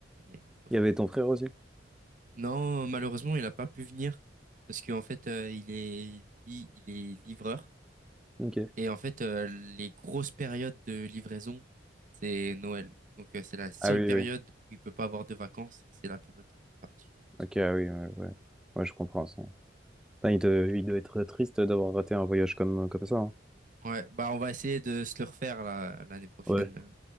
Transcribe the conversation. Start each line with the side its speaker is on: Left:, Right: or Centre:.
Right: Et franchement.
Centre: Il y avait ton frère aussi?
Right: Non, malheureusement, il n'a pas pu venir parce qu'en fait, euh, il est, li- il est livreur.
Centre: Ok.
Right: Et en fait, euh, les grosses périodes de livraison, c'est Noël. Donc, euh, c'est la seule
Centre: Ah oui,
Right: période
Centre: oui.
Right: où il peut pas avoir de vacances. et C'est la période de partie.
Centre: Ok, ah oui, ouais, ouais. Ouais, je comprends ça. Putain, il, te- il doit être triste d'avoir raté un voyage comme, comme ça. hein.
Right: Ouais, bah, on va essayer de se le refaire là, l'année prochaine.
Centre: Ouais.
Right: euh.